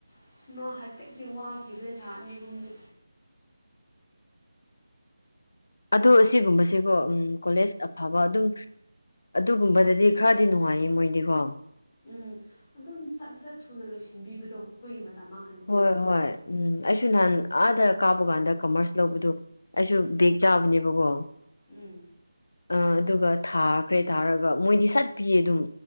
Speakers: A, on the left; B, on the left.
A: ꯑꯁ ꯃꯥ ꯍꯥꯏꯐꯦꯠꯇꯗꯤ ꯋꯥꯈꯤꯕꯅꯦ ꯊꯥ ꯑꯅꯤ ꯑꯍꯨꯝꯗꯤ
B: ꯑꯗꯨ ꯑꯁꯤꯒꯨꯝꯕꯁꯦꯀꯣ ꯎꯝ ꯀꯣꯂꯦꯖ ꯑꯐꯕ ꯑꯗꯨꯝ ꯑꯗꯨꯒꯨꯝꯕꯗꯗꯤ ꯈꯔꯗꯤ ꯅꯨꯡꯉꯥꯏꯌꯦ ꯃꯣꯏꯗꯤꯀꯣ
A: ꯎꯝ ꯑꯗꯨꯝ ꯁꯠ ꯁꯠ ꯊꯨꯅ ꯂꯣꯏꯁꯤꯟꯕꯤꯕꯗꯣ ꯑꯩꯈꯣꯏꯒꯤ ꯃꯇꯝ ꯃꯥꯡ__
B: ꯍꯣꯏ ꯍꯣꯏ ꯎꯝ ꯑꯩꯁꯨ ꯅꯍꯥꯟ ꯑꯥꯗ ꯀꯥꯕꯀꯥꯟꯗ ꯀꯃꯔꯁ ꯂꯧꯕꯗꯨ ꯑꯩꯁꯨ ꯕꯦꯛ ꯆꯥꯕꯅꯦꯕꯀꯣ
A: ꯎꯝ
B: ꯑ ꯑꯗꯨꯒ ꯊꯥꯈ꯭ꯔꯦ ꯊꯥꯔꯒ ꯃꯣꯏꯗꯤ ꯁꯠꯄꯤꯌꯦ ꯑꯗꯨꯝ